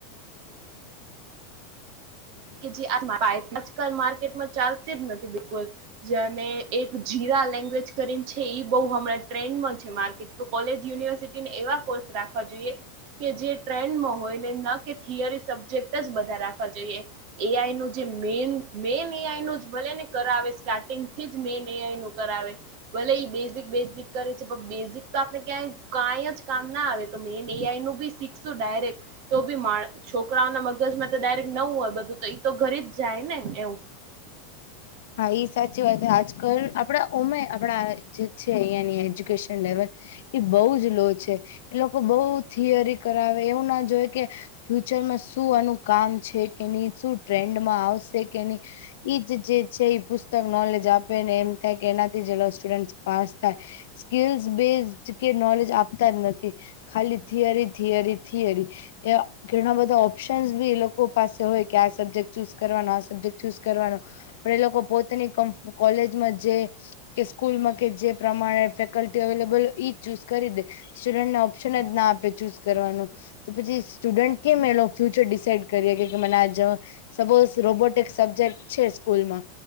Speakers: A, on the right (about 55°); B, on the left (about 75°).
A: કે જે આજકાલ માર્કેટમાં ચાલતીજ નથી બિલકુલ. જેને એક જીરા લેંગ્વેજ કરીને છે બહ હમણાં ટ્રેન્ડમાં છે માર્કેટ. તો કોલેજ યુનિવર્સિટીને એવા કોર્સ રાખવા જોઈએ. કે જે ટ્રેન્ડમાં હોય ને ન કે થિયરી સબ્જેક્ટજ બધા રાખવા જોઈએ. એ આઈનોજે મેન. મે નિ આય નું જ ભલે ને કરાવે સ્ટાર્ટિંગ થી જ મે નિ્યાય નું કરાવે. ભલે ઈ બેઝિક બેઝિક કરે છે પણ બેઝિક તો આપણે ક્યાંય કઈ જ કામ ના આવે. તો મેન એ આઈ નું બી શીખશું ડાયરેક્ટ. તો બી મા છોકરાઓના મગજમાં તો ડાયરેક્ટ ન હોય બધું તો એ તો ઘરીજ જાય ને એવું.
B: હા એ સાચી વાત આજકાલ આપડા ઉમે આપણા જે છે અહંયાની એજ્યુકેશન લેવલ. એ બઉુ જ લો છે એ લોકો બઉુ થિયરી કરાવે એવું ના જોય કે. ફ્યુચરમાં શું આનું કામ છે કેની શું ટ્રેન્ડમાં આવશે કે ન ઈ. જે છે એ પુસ્તક નોલેજ આપેને એમ થાય કે એનાથી જે સ્ટુડન્ટ પાસ થાય. સ્કીલસ બેઝ કે નોલેજ આપતાજ નથી. ખાલી થિયરી થિયરી થિયરી એ. ઘણા બધા ઓપ્શનસ બી એ લોકો પાસે હોય કે આ સબ્જેક્ટ ચૂઝ કરવાનો આ સબ્જેક્ટ ચૂઝ કરવાનો. પણ એલોકો પોતાની કોલેજમાં જે. કે સ્કૂલમાં કે જે પ્રમાણે ફેકલ્ટી અવેલેબલ હોય જ ચૂઝ કરી દે. સ્ટુડન્ટને ઓપ્શનજ ના આપે ચૂઝ કરવાનું. તો પછી સ્ટુડન્ટ કેમ એલો ફ્યુચર ડિસાઈડ કરીએ કે મને આ જ. સપોઝ રોબોટિક સબ્જેક્ટ છે સ્કૂલમાં.